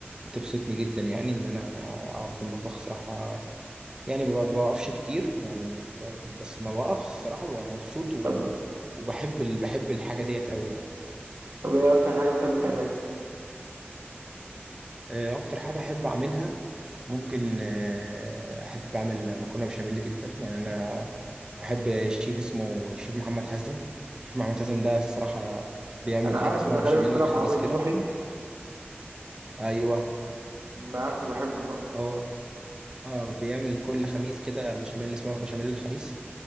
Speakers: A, on the right (about 20°); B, on the right (about 65°).
A: بتبسطني جدا يعني إن أنا أقف في المطبخ صراحة يعني ما بوقفش كتير يعني ب- بس ما بوقف الصراحة ببقى مبسوط و-
B: طب
A: وبحب ال- بحب الحاجة ديت أوي يعني
B: طب ايه اكتر حاجه بتحب تعملها
A: آه، أكتر حاجة أحب أعملها ممكن آه، احب اعمل مكرونه بشاميل جدا يعني انا بحب شيف اسمه شيف محمد حازم شيف محمد حازم ده الصراحه بيعمل
B: انا عارفه
A: حاجه اسمها
B: ده
A: بشاميل
B: غالبا طلع
A: الخميس
B: مع عمرو
A: كده
B: نصوحي
A: ايوه
B: انا عارفه بحبه برضه
A: هو اه بيعمل كل خميس كده بشاميل اسمها بشاميل الخميس